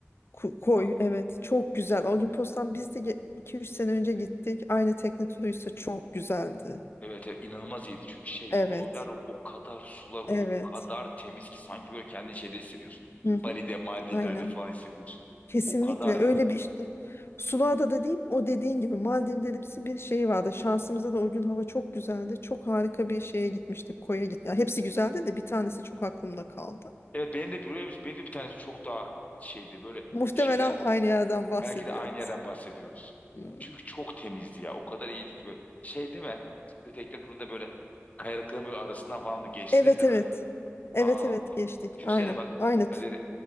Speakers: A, on the left (about 55°); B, on the left (about 30°).
A: Ku- koy
B: Vallahi.
A: evet çok güzel. Olimpos'tan biz de iki üç sene önce gittik. Aynı tekne turuysa çok güzeldi.
B: Evet, evet inanılmaz iyiydi. Çünkü şey
A: Evet.
B: koylar o kadar sular
A: Evet.
B: o kadar temiz ki sanki böyle kendini şeyde hissediyorsun.
A: Hı hı.
B: Bali'de Maldivler'de
A: Aynen.
B: falan hissediyorsun.
A: Kesinlikle
B: O kadar
A: öyle bir işte Sula'da da değil o dediğin gibi Maldivlerimsi bir şey vardı. Şansımıza da o gün hava çok güzeldi. Çok harika bir şeye gitmiştik koya git. Ya hepsi güzeldi de bir tanesi çok aklımda kaldı.
B: Evet benim de biliyor musun? Benim de bir tanesi çok daha şeydi böyle
A: Muhtemelen
B: şeyden
A: aynı yerden bahsediyoruz.
B: belki de aynı yerden bahsediyoruz.
A: Hmm.
B: Çünkü çok temizdi ya. O kadar iyiydi ki böyle şey deme. Kötü tekne turunda böyle kayalıkların böyle arasından falan da geçtiniz
A: Evet
B: değil
A: evet.
B: mi?
A: Evet
B: Aa
A: evet geçtik.
B: düşünsene
A: Aynen.
B: bak
A: Aynı.
B: kaderi.
A: t-